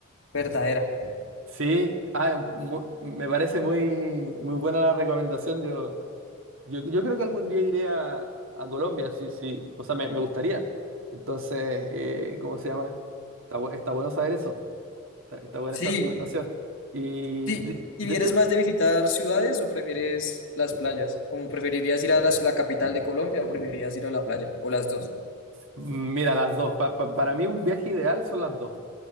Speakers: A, on the left; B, on the right.
A: verdadera.
B: Sí, ah, mu- me parece muy, muy buena la recomendación. Yo, yo, yo creo que algún día iré a, a Colombia, sí, sí. O sea, me, me gustaría. Entonces, eh, ¿cómo se llama? Está, bu- está bueno saber eso. Está, está buena
A: Sí,
B: esa recomendación. Y
A: sí.
B: de,
A: ¿Y
B: de
A: vienes
B: hecho,
A: más de visitar ciudades o prefieres las playas? ¿Como preferirías ir a la, la capital de Colombia o preferirías ir a la playa? ¿O las dos?
B: mira, las dos. Pa- pa- para mí un viaje ideal son las dos.